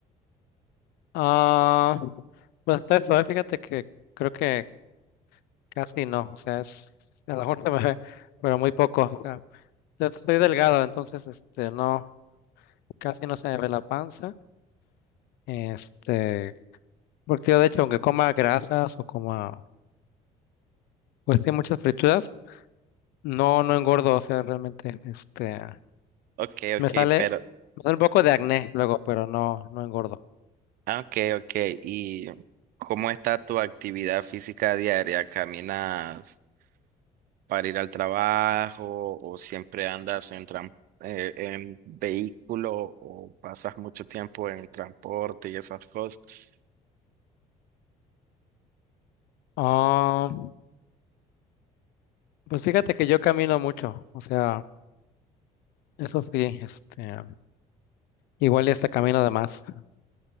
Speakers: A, on the left (about 75°); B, on the right (about 65°).
A: Ah, pues hasta eso, ¿eh? Fíjate que creo que casi no, o sea, es, es- a lo mejor se me ve, pero muy poco. O sea, yo soy delgado, entonces este, no. casi no se me ve la panza. Este, porque yo de hecho, aunque coma grasas o coma, pues sí, muchas frituras, no, no engordo, o sea, realmente, este,
B: Ok,
A: me
B: ok,
A: sale,
B: pero,
A: me sale un poco de acné luego, pero no, no engordo.
B: ah, ok, ok. ¿Y cómo está tu actividad física diaria? ¿Caminas? para ir al trabajo o siempre andas en, tran- eh, en vehículo o pasas mucho tiempo en transporte y esas cosas.
A: Ah, pues fíjate que yo camino mucho, o sea, eso sí, este, igual y hasta camino además,